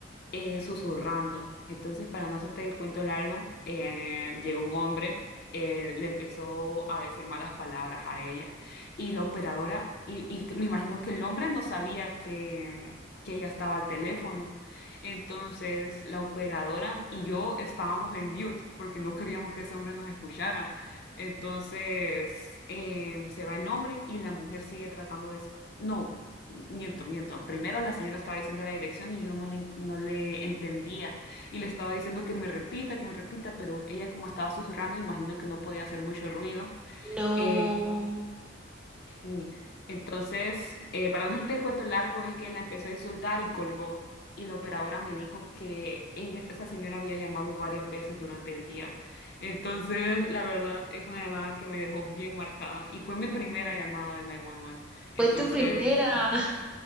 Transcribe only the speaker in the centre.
No,
fue tu primera. <laughs>